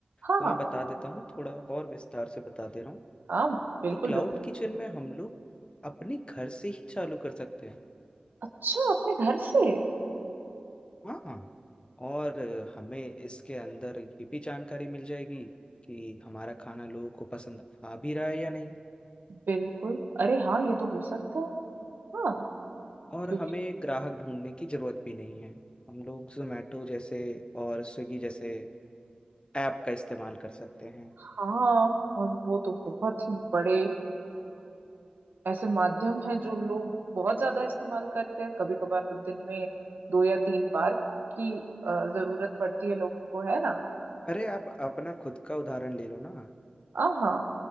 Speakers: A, on the right (about 80°); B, on the left (about 35°).
A: हाँ
B: तो मैं
A: हाँ
B: बता देता हूँ थोड़ा और विस्तार से बता दे रहा हूँ
A: हाँ बिल्कुल
B: तो क्लाउड
A: बिल्कुल
B: किचन में हम लोग अपने घर से ही चालू कर सकते हैं
A: अच्छा अपने घर से
B: हाँ हाँ और हमें इसके अंदर ये भी जानकारी मिल जाएगी कि हमारा खाना लोगों को पसंद आ भी रहा है या नहीं
A: बिल्कुल अरे हाँ ये तो हो सकता है हाँ
B: और
A: क्योंकि
B: हमें ग्राहक ढूंढने की जरूरत भी नहीं है हम लोग जोमेटो जैसे और स्विगी जैसे ऐप का इस्तेमाल कर सकते हैं
A: हाँ और वो तो बहुत ही बड़े ऐसे माध्यम हैं जो लोग बहुत ज्यादा इस्तेमाल करते हैं कभी कभार तो दिन में दो या तीन बार की अ, जरूरत पड़ती है लोगों को है ना
B: अरे आप अपना खुद का उदाहरण ले लो ना
A: आ हाँ